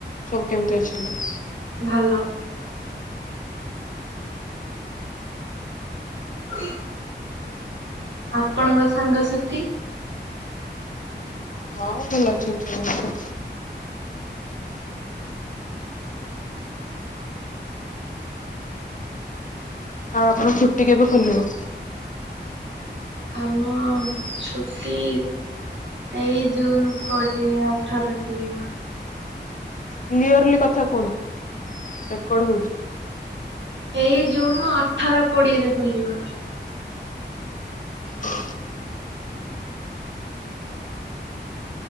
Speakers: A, on the left (about 45°); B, on the right (about 75°).
A: ସବୁ କେମିତି ଅଛନ୍ତି?
B: ଭଲ। ହ ଆପଣଙ୍କ ସାଙ୍ଗସାଥି?
A: ହଁ ଭଲ ଅଛନ୍ତି ସମସ୍ତେ। ଆଉ ଆପଣ ଛୁଟି କେବେ ଖୋଲିବ?
B: ଆମ ଛୁଟି ଏଇ ଜୁନ୍ କୋଡିଏ ଅଠରରେ ଖୋଲିବ।
A: କ୍ଲିୟରଲି କଥା କୁହନ୍ତୁ। ରେକର୍ଡ ହଉଛି।
B: ଏଇ ଜୁନ୍ ଅଠର କୋଡିଏରେ ଖୋଲିବ।
A: ହଁ।